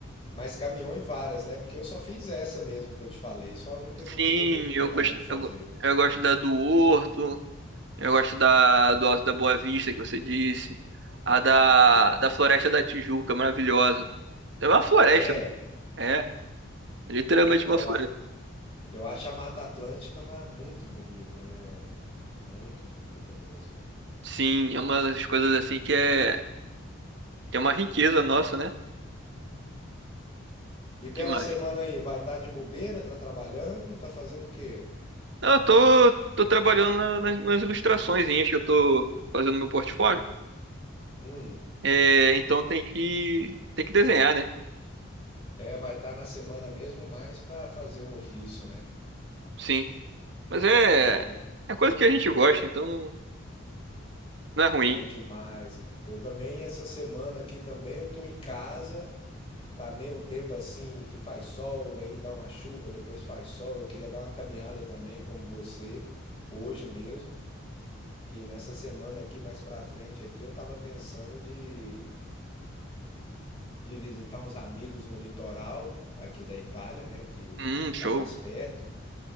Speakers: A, on the left; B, on the right.
A: Mas caminhou em várias, né? Porque eu só fiz essa mesmo que eu te falei, só a única que eu
B: Sim,
A: tive oportunidade
B: eu gosto,
A: de fazer.
B: eu, go- eu gosto da do Horto, eu gosto da do Alto da Boa Vista, que você disse. A da,
A: Ah.
B: da Floresta da Tijuca, maravilhosa. É uma floresta,
A: É,
B: é, é literalmente
A: é,
B: uma
A: eu,
B: floresta.
A: a- eu acho a Mata Atlântica ma- muito bonita, né? É Muito bonita mesmo.
B: Sim, é uma das coisas assim que é, que é uma riqueza nossa, né?
A: E pela
B: que mais?
A: semana aí, vai estar de bobeira, tá trabalhando, tá fazendo o quê?
B: Não, eu tô, tô trabalhando na- nas, nas ilustraçõezinhas que eu tô fazendo no meu portfólio.
A: Hum,
B: É, então tem que, tem que desenhar, né?
A: é, vai estar na semana mesmo mais pra fazer o ofício, né?
B: Sim. Mas é,
A: Bom,
B: é coisa que a gente gosta, então não, não é ruim.
A: bom demais. Eu também, essa semana aqui também, eu tô em casa. Tá meio um tempo assim que faz sol, aí dá uma chuva, depois faz sol. Eu queria dar uma caminhada também, como você, hoje mesmo. E nessa semana aqui, mais pra frente aqui, eu tava pensando de, de visitar uns amigos no litoral aqui da Itália, né? Que,
B: Hum,
A: que
B: show.
A: tá mais perto